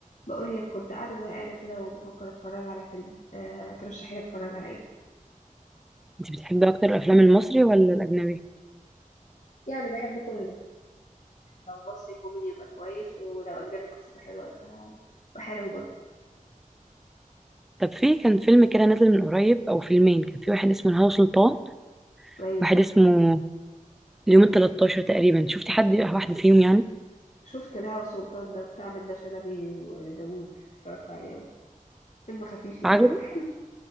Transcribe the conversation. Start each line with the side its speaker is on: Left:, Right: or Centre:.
Left: بقول لك كنت قاعدة زهقانة كده وبفكر اتفرج على فيلم آه ترشحي لي اتفرج على ايه
Centre: انت بتحبي اكتر الافلام المصري ولا الاجنبي
Left: يعني بحب كله لو مصري كوميدي يبقى كويس ولو اجنبي قصته حلوة يبقى يبقى حلو برضه
Centre: طب في كان فيلم كده نازل من قريب او فيلمين كان في واحد اسمه الهوى سلطان
Left: ايوه
Centre: واحد اسمه اليوم ال 13 تقريبا شفتي حد واحد فيهم يعني
Left: شفت الهوى سلطان ده بتاع منة شلبي وداوود اتفرجت عليه اهو فيلم خفيف يعني
Centre: عجبك
Left: هو حلو